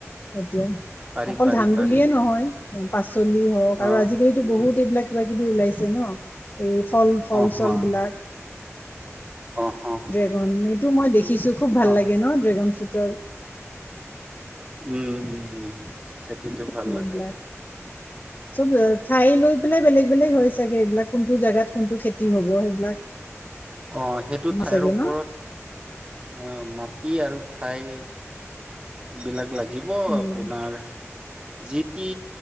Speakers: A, on the left (about 40°); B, on the right (about 25°).
A: এতিয়া
B: পাৰি
A: অকল
B: পাৰি
A: ধান
B: পাৰি
A: বুলিয়ে নহয় চলি হওক আৰু
B: অ
A: আজিকালিতো বহুত এইবিলাক কিবা কিবি ওলাইছে ন এই ফল ফল
B: অ
A: চল
B: হ
A: বিলাক
B: অ অ
A: ড্ৰেগন এইটো মই দেখিছোঁ খুব ভাল
B: অ
A: লাগে ন ড্ৰেগন ফ্ৰোটৰ
B: উম উম খেতিটো ভাল
A: সেইবিলাক
B: লাগে
A: চব ঠাই লৈ পেলাই বেলেগ বেলেগ হয় চাগে এইবিলাক কোনটো জেগাত কোনটো খেতি হব সেইবিলাক
B: অ সেইটো ঠাইৰ
A: চাগে
B: ওপৰত
A: ন
B: অ মাট টি আৰু ঠাই বিলাক লাগিব আপোনাৰ
A: উম
B: যিটি